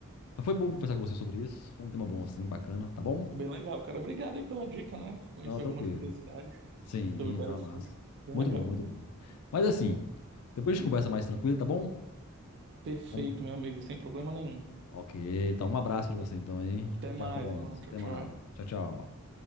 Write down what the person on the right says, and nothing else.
Bem legal, cara. Obrigado aí pela dica, né? Conheci
algumas
curiosidades
sobre Battlefield.
Bem
legal.
Perfeito,
meu amigo, sem problema nenhum.
Até
mais,
irmão. Tchau,
tchau.